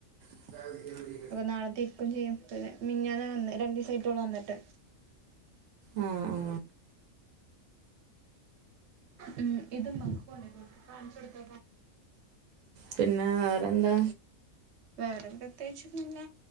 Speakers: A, on the right; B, on the right.
A: <inaudible>
B: അപ്പൊ നാളെ തിരിക്കും ചെയ്യും. <unintelligible> മിനിഞ്ഞാന്നാ വന്നെ, രണ്ടു ദിവസായിട്ടുള്ളു വന്നിട്ട്
A: ആ ആ
B: ഉം ഇത് <inaudible> കാണിച്ചു കൊടുത്ത
A: പിന്നെ വേറെന്താ
B: വേറെ പ്രത്യേകിച്ചൊന്നുമില്ല,